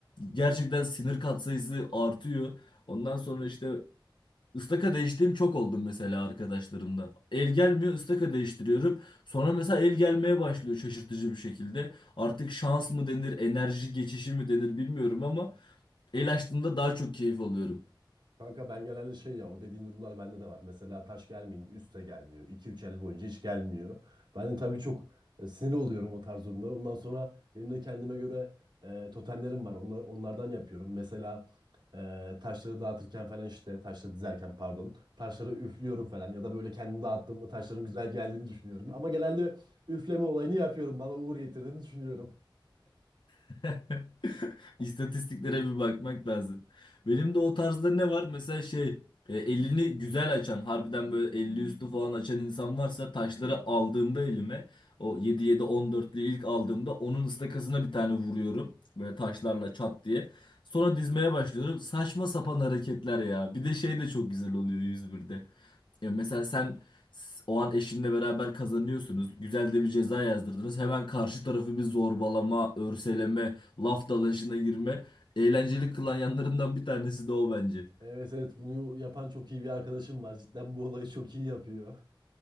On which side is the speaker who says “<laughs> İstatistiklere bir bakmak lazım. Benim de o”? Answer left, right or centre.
Left